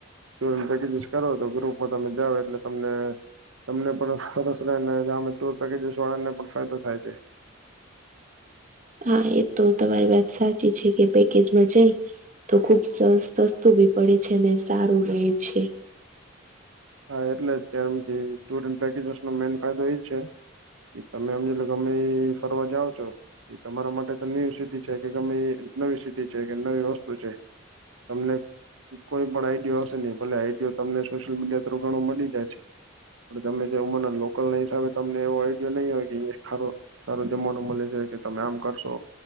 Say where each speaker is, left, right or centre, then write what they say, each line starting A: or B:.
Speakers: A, on the right (about 75°); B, on the right (about 35°).
A: ટૂર અને પેકેજિસ કરો તો ગ્રુપમાં તમે જાવ એટલે તમને તમને પણ સરસ રેય ને હામે ટુર પેકેજસ વાળા ને પણ ફાયદો થાય છે.
B: હા એ તો તમારી વાત સાચી છે કે પેકેજમાં જઈ તો ખુબ સસ સસ્તું બી પડે છે ને સારું રેય છે.
A: હા એટલે જ કેમ કે ટુર એન્ડ પેકેજસ નો મેન ફાયદો એ જ છે. કે તમે અમને ગમે ઈ ફરવા જાવ છો. એ તમારા માટે તો ન્યુ સિટી છે કે ગમે ઈ નવી સિટી છે કે નવી વસ્તુ છે. તમને કોઈ પણ આઈડિયો હશે નઈ ભલે આઈડિયો તમને સોશિયલ મીડિયા થોરુ ઘણું મડી જાય છે. પણ તમે જે ઉંમરના લોકલના હિસાબે તમને એવો આઈડિયા નહીં હોય કે અહીંયા <unintelligible> સારું જમાવાનું મલે છે કે તમે આમ કરશો,